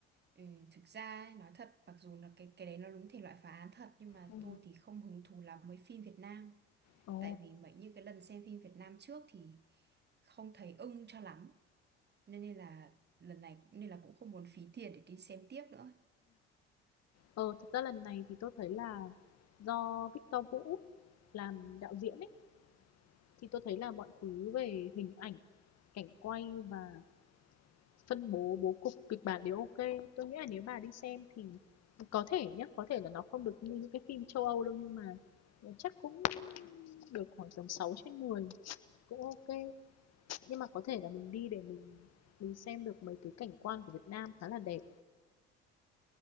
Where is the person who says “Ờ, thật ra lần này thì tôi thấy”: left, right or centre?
Left